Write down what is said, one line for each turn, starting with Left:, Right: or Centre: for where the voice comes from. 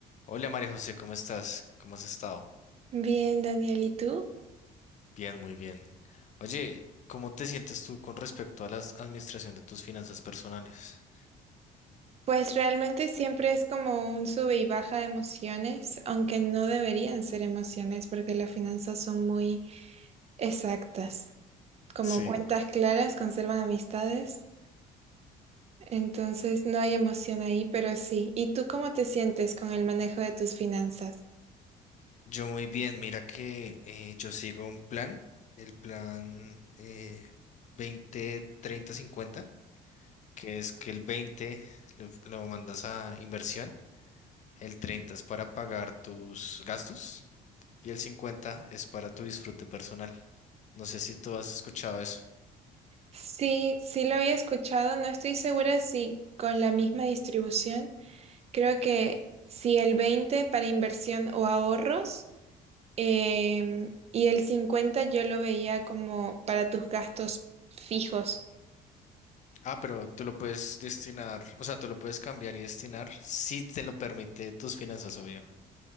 Left: Hola María José, ¿cómo estás? ¿Cómo has estado?
Right: Bien, Daniel, ¿y tú?
Left: Bien, muy bien. Oye, ¿cómo te sientes tú con respecto a la administración de tus finanzas personales?
Right: Pues realmente siempre es como un sube y baja de emociones, aunque no deberían ser emociones porque las finanzas son muy exactas. Como
Left: Sí.
Right: cuentas claras conservan amistades, entonces no hay emoción ahí, pero sí. ¿Y tú cómo te sientes con el manejo de tus finanzas?
Left: Yo muy bien, mira que eh, yo sigo un plan, el plan eh, 20, 30, 50, que es que el 20 lo, lo mandas a inversión, el 30 es para pagar tus gastos y el 50 es para tu disfrute personal. No sé si tú has escuchado eso.
Right: Sí, sí lo había escuchado, no estoy segura si con la misma distribución. Creo que si el 20 para inversión o ahorros. Em, y el 50 yo lo veía como para tus gastos fijos.
Left: Ah, pero tú lo puedes destinar, o sea, tú lo puedes cambiar y destinar si te lo permite tus finanzas, obvio. O